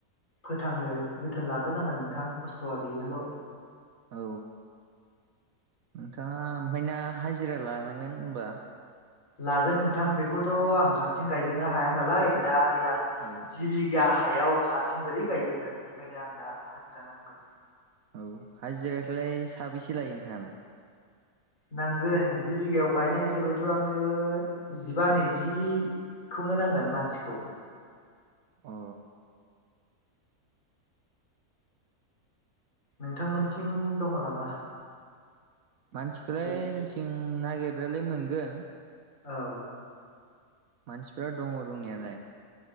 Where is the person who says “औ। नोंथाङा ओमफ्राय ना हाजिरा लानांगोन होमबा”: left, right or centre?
Right